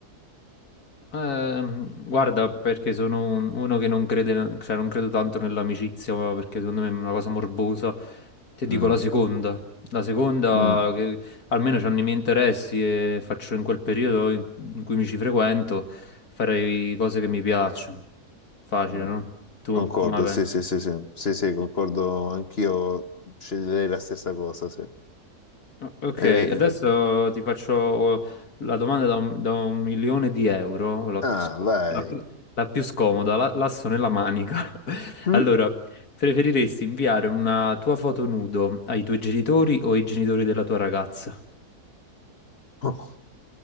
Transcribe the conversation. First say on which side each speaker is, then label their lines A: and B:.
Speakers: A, on the left; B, on the left.
A: Ehm, guarda, perché sono un- uno che non crede, cioè non credo tanto nell'amicizia, ma perché secondo me è una cosa morbosa. Ti dico
B: Mm,
A: la seconda. La seconda,
B: mm.
A: che almeno c'hanno i miei interessi e faccio in quel periodo in in cui mi ci frequento, farei cose che mi piacciono. Facile,
B: Mm.
A: no? Tu
B: Concordo,
A: come la
B: sì,
A: pensi?
B: sì, sì, sì, sì, sì, concordo, anch'io sceglierei la stessa cosa, sì.
A: No, Ok,
B: Eh,
A: adesso ti faccio la domanda da un, da un milione di euro, la
B: ah,
A: più, scom-
B: vai.
A: la più- la più scomoda, la- l'asso nella manica. <laughs>
B: Mm?
A: Allora, preferiresti inviare una tua foto nudo ai tuoi genitori o ai genitori della tua ragazza?
B: <laughs>